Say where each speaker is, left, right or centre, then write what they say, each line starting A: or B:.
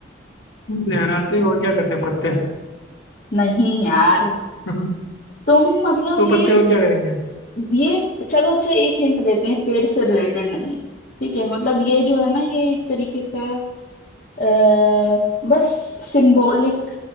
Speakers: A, on the left; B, on the left.
A: लहराते और क्या करते हैं? पत्ते
B: नहीं यार
A: <laughs>
B: तुम मतलब
A: तो
B: ये
A: पत्ते और क्या करेंगे
B: ये चलो अच्छा एक हिंट देते हैं पेड़ से रिलेटेड नहीं है ठीक है मतलब ये जो है ना ये एक तरीके का आ, बस सिंबॉलिक